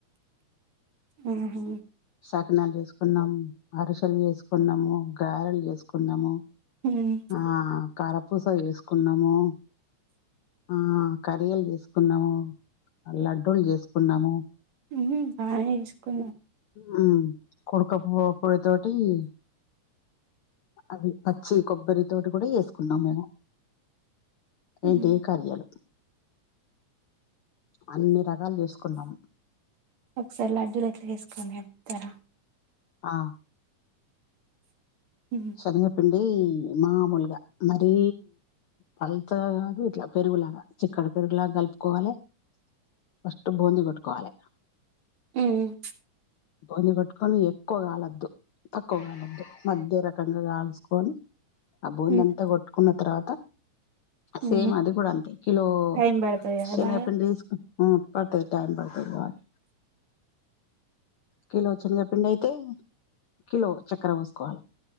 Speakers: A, on the right (about 65°); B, on the left (about 80°).
A: ఆహా
B: సకినాలు చేసుకున్నాం, అరిసెలు చేసుకున్నాము. గారెలు చేసుకున్నాము.
A: ఉమ్.
B: ఆహ్ కారపూస చేసుకున్నాము ఆహ్ కరియలు చేసుకున్నాము లడ్డూలు చేసుకున్నాము.
A: ఉహూ బాగానే చేసుకున్నాం.
B: హ్మ్మ్. కుడుక పో పోడితొటి ఉమ్ అవి పచ్చి కొబ్బరి తోటి కూడా చేసుకున్నాం మేము.
A: ఉమ్.
B: ఏంటి కార్యాలు. అన్ని రకాలు చేసుకున్నాం.
A: ఒకసారి లడ్డులు ఎట్లా చేస్తారో చెప్తారా.
B: ఆహ్
A: ఉమ్,
B: శనగపిండి... మామూలుగా మరీ పల్సగా కాదు ఇట్లా పెరుగులాగా చిక్కగా పెరుగులాగా కలుపుకోవాలే ఫస్ట్ బూందీ కొట్టుకోవాలే
A: మ్ మ్
B: బూందీ కొట్టుకొని ఎక్కువ కాలొద్దు తక్కువ కాలద్దు మధ్య రక కంగా కాల్సుకొని అ బొంది
A: ఉమ్,
B: అంతా కొట్టుకున్న తరువాత
A: ఉమ్.
B: సేమ్ అది కూడా అంతే కిలో
A: టైం పడుతుంది కదా
B: శనగపిండి
A: బాగా
B: తీసుకు ఉ పడుతది టైమ్ పడుతది బాగా కిలో శనగపిండి అయితే కిలో చక్కర పోసుకోవాలి